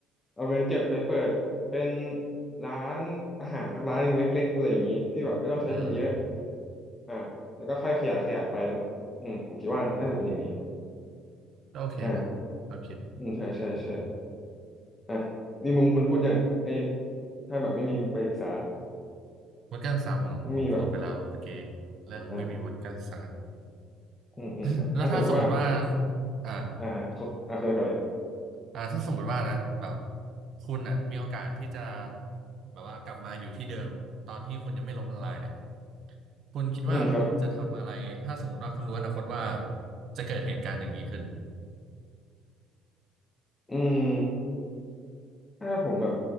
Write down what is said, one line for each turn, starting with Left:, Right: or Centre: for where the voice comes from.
Left: เอาเงินเก็บไปเปิดเป็นร้านอาหารสักร้านหนึ่งเล็กๆอะไรอย่างนี้ที่แบบไม่ต้องใช้ทุนเยอะ
Right: อืม
Left: อ่าแล้วก็ค่อยขยายขยายไปเนาะอืมผมคิดว่าน่าจะเป็นอย่างนี้
Right: อืมก็โอเคนะความคิด
Left: อ่าอืมใช่ใช่ใช่
Right: อืม
Left: อ่ะนี่มุมคุณพูดยังไอ้ถ้าแบบไม่มีไปศึกษา
Right: วุฒิการศึกษาผมผมพูดไปแล้วตะกี้
Left: ไม่มีแบบ
Right: เรื่องไม่มีวุฒิการศึกษา
Left: อ่าอืมอืมอ่ะอ่ะสมมติว่า
Right: <coughs> แล้วถ้าสมมติว่าอ่า
Left: อ่าอ่าเขาอ่าคนก่อนเลย
Right: อ่าถ้าสมมติว่านะแบบคุณอ่ะมีโอกาสที่จะแบบว่ากลับมาอยู่ที่เดิมตอนที่คุณยังไม่ล้มละลายเนี่ย คุณคิดว่าคุณจะทำอะไรถ้าสมมติว่าคุณรู้อนาคตว่า
Left: อืมครับ
Right: จะเกิดเหตุการณ์อย่างนี้ขึ้น
Left: อืมถ้าผมแบบ